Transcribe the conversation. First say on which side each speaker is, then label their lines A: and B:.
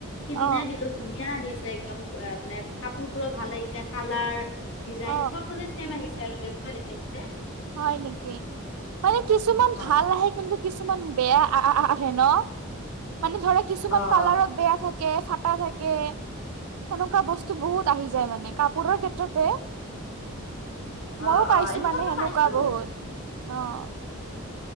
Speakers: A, on the left; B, on the right.
A: সিদিনাই
B: অ
A: দিলো ধুনীয়া আহিছে একদম ক মানে কাপোৰবোৰো ভাল আহিছে কালাৰ ডিজাইন,
B: অ
A: চব মানে ছেম আহিছে আৰু যেনেকুৱা দেখাইছিলে।
B: হয় নেকি? মানে কিছুমান
A: অ',
B: ভাল আহে কিন্তু কিছুমান বেয়া আহআআহে ন' মানে ধৰা কিছুমান
A: অ'।
B: কালাৰত বেয়া থাক কে ফাটা থাকে। সেনকুৱা বস্তু বহুত আহি যায় মানে কাপোৰৰ ক্ষেত্ৰতে
A: অ',
B: ময়ো
A: অ',
B: পাইছো
A: এনেকুৱা
B: মানে
A: মই
B: সেনেকুৱা
A: পাইছো
B: বহুত অঁ।